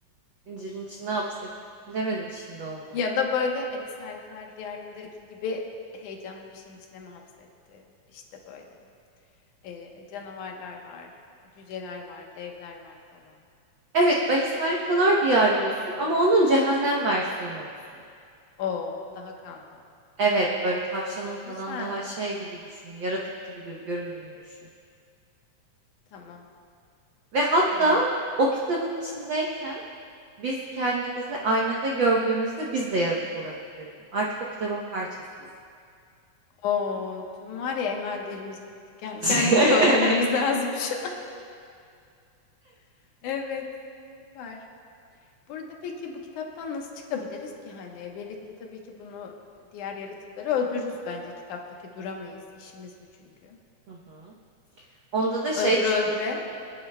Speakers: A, on the right (about 80°); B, on the left (about 85°).
A: İncil'in içine hapset. Bilemedim şimdi onu.
B: Ya da böyle Alice Harikalar Diyarı'ndaki gibi heyecanlı bir şeyin içine mi hapsetti? İşte böyle. Ee, canavarlar var, cüceler var, devler var falan.
A: Evet, Alice Harikalar Diyarı olsun ama onun cehennem versiyonu olsun.
B: Oo, daha kanlı.
A: Evet, böyle tavşanın falan
B: Güzel.
A: daha şey gibi düşün, yaratık gibi dür- göründüğünü düşün.
B: Tamam.
A: Ve hatta
B: Ee,
A: o kitabın içindeyken biz kendimizi aynada gördüğümüzde biz de yaratık olarak görelim. Artık o kitabın parçasıyız.
B: Oo, tüm var ya emellerimiz bitti. Kendi
A: <laughs>
B: kendimizi öldürmemiz <laughs> lazım şu an. <laughs> Evet, süper. Burada peki bu kitaptan nasıl çıkabiliriz ki hani birlikte tabii ki bunu e, diğer yaratıkları öldürürüz bence kitaptaki duramayız. İşimiz bu çünkü.
A: Hı hı. Onda da şey
B: Öldüre
A: çıkıyor.
B: öldüre.